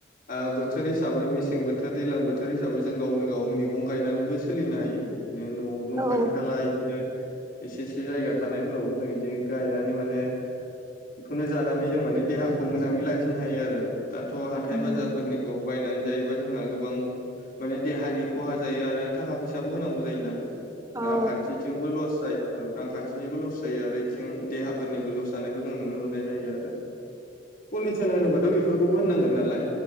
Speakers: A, on the left; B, on the right.
A: ओ बोथोर हिसाबै मेसें बोथोर दैज्लां बोथोर हिसाबै जों गावनो गाव मैगं गायनानैबो सोलिनो हायो न'आव न'
B: औ
A: खाथि खाला बिदिनो एसे एसे जायगा थानायफोरावबो जों बिदि गायनानै माने बेखौनो जानानै जों माने देहाखौ मोजाङै लाखिनो हायो आरो दाथ हाथाय
B: उम
A: बाजारफोरनिखौ बायनानै जायोबा जोंहा गोबां माने देहानि खहा जायो आरो थाखा फैसाबो होनांगौ जायो नालाय
B: औ
A: रांखान्थिथिंबो लस जायो औ रांखान्थिनिबो लस जायो आरो बेथिं देहाफोरनिबो लस जानायखौ जों नुनो मोननाय जायो आरो पलिउसन होनोबाथ बेफोरखौबो होननांगोन नालाय